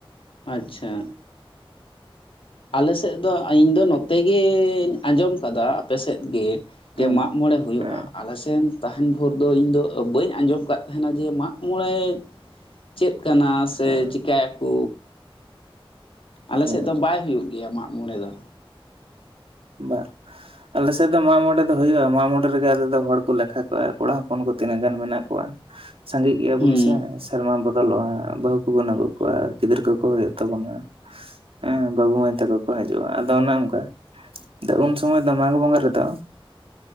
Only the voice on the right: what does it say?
ᱦᱮᱸ
ᱦᱮᱸ
ᱦᱮᱸ
ᱦᱮᱸ
ᱵᱟ᱾ ᱟᱞᱮ ᱥᱮᱫ ᱫᱚ ᱢᱟᱜ ᱢᱚᱬᱮ ᱫᱚ ᱦᱩᱭᱩᱜᱼᱟ, ᱢᱟᱜ ᱢᱚᱲᱮ ᱨᱮᱜᱮ ᱟᱞᱮ ᱫᱚ ᱦᱚᱲ ᱠᱚ ᱞᱮᱠᱷᱟ ᱠᱚᱣᱟ, ᱠᱚᱲᱟ ᱦᱚᱯᱚᱱ ᱠᱚ ᱛᱤᱱᱟᱹᱜ ᱜᱟᱱ ᱢᱮᱱᱟᱜ ᱠᱚᱣᱟ? ᱥᱟᱸᱜᱮᱜ ᱜᱮᱭᱟ
ᱵᱚᱱ ᱥᱮ᱾ ᱥᱮᱨᱢᱟ ᱵᱚᱫᱚᱞᱚᱜᱼᱟ, ᱵᱟᱹᱦᱩ ᱠᱚᱵᱚᱱ ᱟᱹᱜᱩ ᱠᱚᱣᱟ ᱜᱤᱫᱽᱨᱟᱹ ᱠᱚᱠᱚ ᱦᱩᱭᱩᱜ ᱛᱟᱵᱚᱱᱟ᱾ ᱦᱮᱸ ᱵᱟᱹᱵᱩ ᱢᱟᱹᱭ ᱛᱟᱠᱚ ᱠᱚ ᱦᱤᱡᱩᱜᱼᱟ, ᱟᱫᱚ ᱚᱱᱮ ᱚᱱᱠᱟ᱾ ᱟᱫᱚ ᱩᱱ ᱥᱚᱢᱚᱭ ᱫᱚ ᱢᱟᱜᱷᱽ ᱵᱚᱸᱜᱟ ᱨᱮᱫᱚ